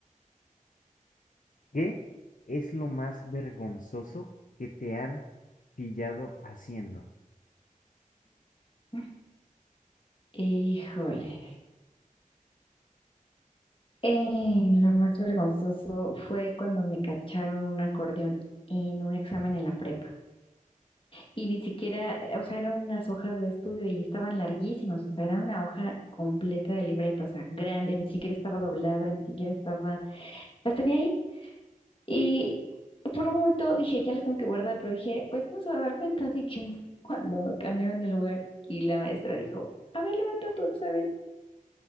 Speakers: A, on the left; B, on the left.
A: ¿qué es lo más vergonzoso que te han pillado haciendo?
B: <laughs> Híjole. Eh, lo más vergonzoso fue cuando me cacharon un acordeón en un examen en la prepa. Y ni siquiera, eh, o sea, eran unas hojas de estudio y estaban larguísimas, o sea, era una hoja completa de libreta, o sea, grande, ni siquiera estaba doblada, ni siquiera estaba, las tenía ahí. Y por un momento dije, ya las tengo que guardar, pero dije, pues no se va a dar cuenta, así que <laughs> cuando cambiaron de lugar y la maestra dijo, a ver, levanta tu examen.